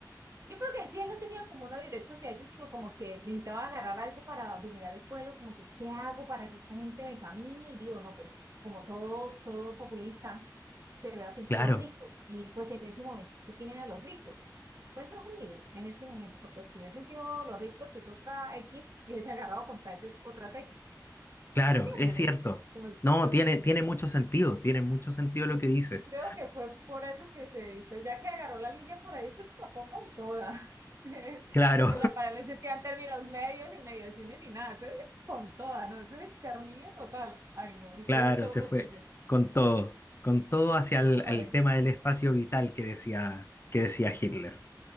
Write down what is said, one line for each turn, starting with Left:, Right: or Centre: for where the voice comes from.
Right: Yo creo que si él no tenía como uno directo hacia ellos, sino como que necesitaba agarrar algo para dominar el pueblo, como que, ¿qué hago para que esta gente me camine? Y digo, no, pues como todo, todo populista, se ve a siempre
Left: Claro,
Right: los ricos. Y pues en ese momento, ¿quién a los ricos? Pues los judíos, en ese momento, porque si hubiesen sido los ricos, pues otra X, y hubiese agarrado contra esos otras X.
Left: claro,
Right: ¿Sí me entiendes?
Left: es cierto.
Right: Como el punto.
Left: No, tiene, tiene mucho sentido, tiene mucho sentido lo
Right: Yo
Left: que dices.
Right: yo creo que fue por eso que se editó, ya que agarró la línea por ahí, pues tocó con toda. <laughs>
Left: Claro.
Right: En la pared no existían términos medios, ni mediaciones, ni nada, eso es con toda, ¿no? Eso es exterminio total. Ay, no, y
Left: Claro,
Right: claro, todo
Left: se
Right: loquillo.
Left: fue con todo, con todo hacia el,
Right: Ay,
Left: el tema del espacio vital que decía, que decía Hitler.